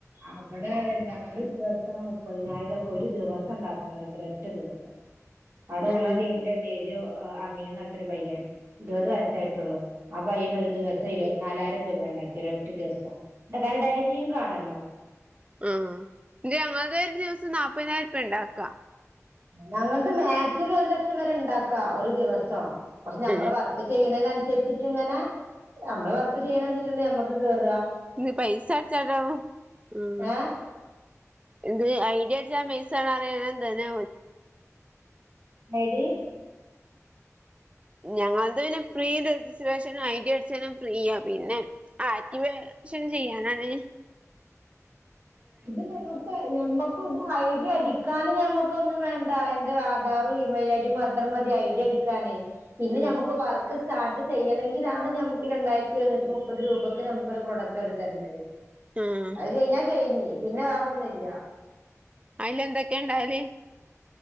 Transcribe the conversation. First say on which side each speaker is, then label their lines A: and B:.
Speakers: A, on the right; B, on the right.
A: അവിടെ എന്താണ് ഒരു ദിവസം മുപ്പതിനായിരംക്കെ ഒരു ദിവസം ഉണ്ടാക്ക എട്ട് ദിവസം അവിടെ
B: ഉം
A: ഞങ്ങളുടെ
B: ഉം
A: ടീമില ഒരു അമീന്ന് പറഞ്ഞട്ടൊരു പയ്യൻ ഇരുപത് വയസായിട്ടുള്ളു ആഹ് പയ്യന ഒരു ദിവസം ഇരുപ നാലായിരം രൂപ ഉണ്ടാക്കി ഒരറ്റ ദിവസം ഇ കാരൻ ഡെലിയും കാണല്ലോ
B: ആഹ് എന്റെ ഞങ്ങുടെ ഒരു ദിവസം നാല്പ്പതിനായിരം രൂപ ഉണ്ടാക്കാ
A: ഞങ്ങൾക്ക് മാക്സിമം ഒരു ലക്ഷം വരെ ഉണ്ടാക്കാ ഒരു ദിവസം പക്ഷെ ഞമ്മൾ
B: ഉം
A: വർക്ക് ചെയ്യണതിനനുസരിച്ചിട്ട ഇങ്ങനെ നമ്മള് വർക്ക് ചെയ്യണനുട്ട ഞമ്മക്ക് കേറുക
B: ഇന്ന് പൈസ അടച്ചടാവ ഉം
A: ഏഹ്
B: ഇത് ഐഡിയ അടിച്ച മിസ് ആണ് അറിയന എന്ത തന്നെ
A: മരീ
B: ഞങ്ങൾത് പിന്നെ ഫ്രീ രജിസ്ട്രേഷനും ഐഡി അടിച്ചാലും ഫ്രീയാ പിന്നെ ആറ്റി വേഷം ചെയ്യാനാണ്.
A: ഇത് ഞമ്മക്കാ ഞമ്മക്ക്‌ ഇത് ഐഡി അടിക്കാന് ഞമ്മക്കൊന്നും വേണ്ടാ എന്താ അയ്‌ന്റെ ആധാറും ഇമെയില ഐഡിയും മതി. അത്ര മതി ഐഡിയ അടിക്കാനേയ് പിന്നെ
B: ഉം
A: നമ്മക്ക് വർക്ക് സ്റ്റാർട്ട് ചെയ്യണെങ്കിലാണ് ഞമ്മക്ക് രണ്ടായിരത്തി എഴുന്നൂറ്റി മുപ്പത് രൂപയ്ക്ക് നമ്മക്കൊരു പ്രൊഡക്റ്റ് ഓര് തരുന്നത്.
B: ആഹ്
A: അയ് കഴിഞ്ഞാ കഴിഞ് പിന്നെ വേറന്നുല്ല.
B: അയ്ല് എന്തൊക്കെ ണ്ടാവല്?